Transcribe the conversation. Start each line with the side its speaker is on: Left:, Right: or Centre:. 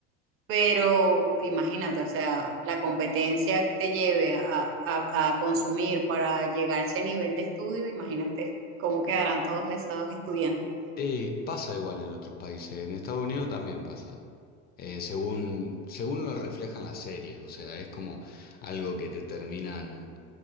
Right: pero imagínate, o sea, la competencia que te lleve a, a, a consumir para llegar a ese nivel de estudio, imagínate cómo quedarán todos esos estudiantes.
Left: Y pasa igual en otros países, en Estados Unidos también pasa. Eh, según, según lo reflejan las series, o sea, es como algo que te terminan,